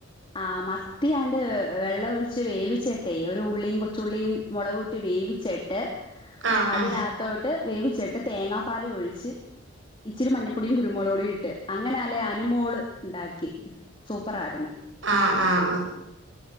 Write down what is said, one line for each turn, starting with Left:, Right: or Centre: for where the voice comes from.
Left: ആ മത്തിയാണ്ട് വെള്ളം ഒഴിച്ച് വേവിച്ചട്ടെ ഒരു ഉള്ളിയും കൊച്ചുള്ളിയും മുളകൂട്ടി വേവിച്ചിട്ട്
Right: ആഹ്
Left: അതിനകത്തോട്ട്
Right: ആഹ്
Left: വേവിച്ചിട്ട് തേങ്ങാപ്പാല് ഒഴിച്ച് ഇച്ചിരി മഞ്ഞപ്പൊടിയും കുരുമുളക് പൊടി ഇട്ട് അങ്ങനെ അല്ലേ അനുമോള് ണ്ടാക്കി. സൂപ്പറാര്ന്ന്
Right: ആ ആ, ആ